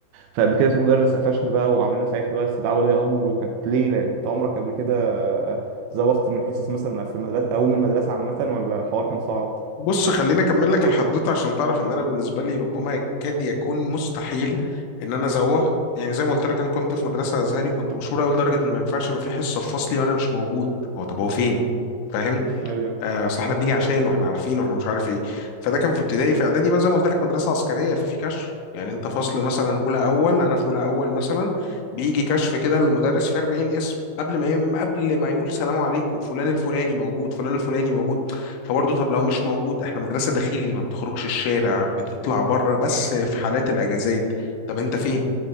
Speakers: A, on the right; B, on the left.
A: فقبل كده في مدرس قفشني بقى وعملنا ساعتها بقى استدعاء ولي امر وكانت ليله انت عمرك قبل كده زوغت من حصص مثلا في المدرسه او من المدرسه عامه ولا الحوار كان صعب
B: بص خليني اكمل لك الحدوته عشان تعرف ان انا بالنسبه لي ربما يكاد يكون مستحيل ان انا ازوغ يعني زي ما قلت لك انا كنت في مدرسه ازهري وكنت مشهور قوي لدرجه ان ما ينفعش يبقى في حصه في فصلي وانا مش موجود هو طب هو فين
A: مم.
B: فاهم
A: ايوه
B: آه، اصل احنا بنيجي عشان واحنا عارفين واحنا مش عارف ايه فده كان في ابتدائي في اعدادي بقى زي ما قلت لك مدرسه عسكريه ففي كشف يعني انت فصل مثلا اولى اول انا في اولى اول مثلا بيجي كشف كده للمدرس في 40 اسم قبل ما يم قبل ما يقول سلام عليكم فلان الفلاني موجود فلان الفلاني موجود فبرضه طب لو مش موجود احنا مدرسه داخلي ما بتخرجش الشارع بتطلع بره بس في حالات الاجازات طب انت فين